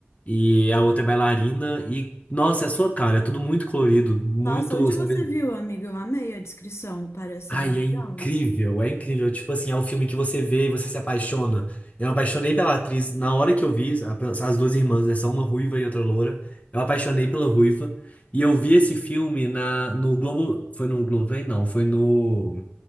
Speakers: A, on the left; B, on the left.
A: E a outra é bailarina. E, nossa, é a sua cara, é tudo muito colorido, muito,
B: Nossa, onde
A: sabe?
B: você viu, amiga? Eu amei a descrição, parece
A: Ai,
B: bem legal.
A: é incrível, é incrível. Tipo assim, é o filme que você vê e você se apaixona. Eu me apaixonei pela atriz na hora que eu vi, a- as duas irmãs, né? São uma ruiva e outra loura. Eu me apaixonei pela ruiva. E eu vi esse filme na, no Globo. Foi no Globo, hein? não, foi no.